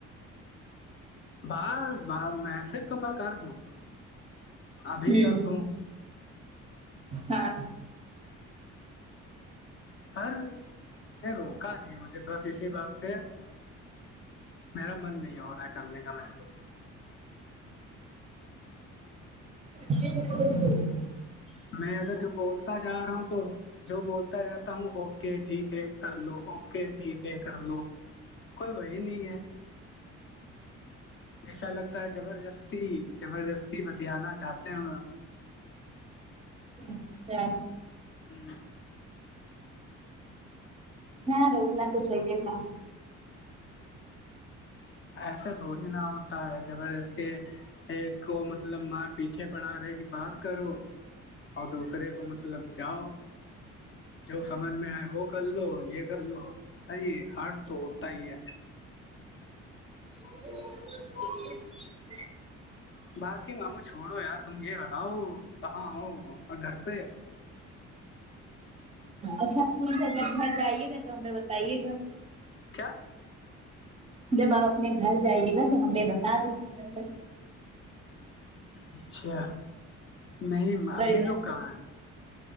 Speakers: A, on the left; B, on the right.
A: با با میسج تو میں کر دوں ابھی
B: ہ
A: کر دوں
B: ہاں
A: پر اس نے روکا نہیں مجھے بس اسی بات سے میرا من نہیں ہو رہا ہے کرنے کا میسیج
B: <unintelligible>
A: میں اگر جو بولتا جا رہا ہوں تو جو بولتا جاتا ہوں اوکے ٹھیک ہے کر لو اوکے ٹھیک ہے کر لو کوئی بھائے ہی نہیں ہے ایسا لگتا ہے زبردستی زبردستی بتیا نہ چاہتے ہیں
B: اچھا
A: آمم
B: ہاں روکنا تو چایے تھا
A: ایسا تھوڑی نہ ہوتا ہے زبردستی ایک کو مطلب مار پیچھے پڑا رہے کی بات کرو اور دوسرے کو مطلب جاؤ جو سمجھ میں آئے وہ کر لو یے کر لو ایئی ہارڈ تو ہوتا ہی ہے
B: <unintelligible>
A: باقی ماموں چھوڑو یار تم یے بتاؤ کہاں ہو گھر پے
B: اچھا بھول ہوں کر گا گھر جا ئیے گا تو ہمیں بتائیے گا
A: کیا
B: جب آپ اپنے گھر جائیے گا تو ہمیں بتا دیجیے گا بس
A: اچھا نہیں
B: اور
A: امی
B: کیا
A: لوگ کہاں ہیں